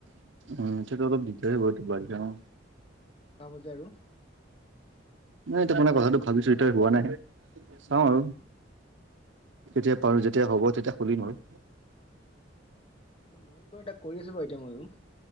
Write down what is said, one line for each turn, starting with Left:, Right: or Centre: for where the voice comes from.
Right: উম তেটো অলপ দিগদাৰি হব <unintelligible>
Left: হব যে আৰু।
Right: নাই এতিয়া মাননে কথাটো ভাবিছো এতিয় হোৱা নাই। চাও আৰু তেতিয়া পাৰো যেতিয়া হ'ব তেতিয়া খুলিম আৰু।
Left: অ তে ময়ো বাৰু এাক কৰি আছো বাৰু এতিয়া ময়ো,